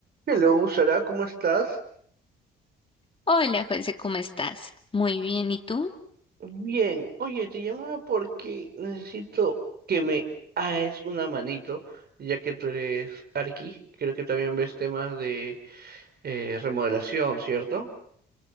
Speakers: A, on the right; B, on the left.
A: Hello, Sara, ¿cómo estás?
B: Hola, José, ¿cómo estás? Muy bien, ¿y tú?
A: Bien, oye, te llamaba porque necesito que me hagas una manito, ya que tú eres arqui, creo que también ves temas de eh, remodelación, ¿cierto?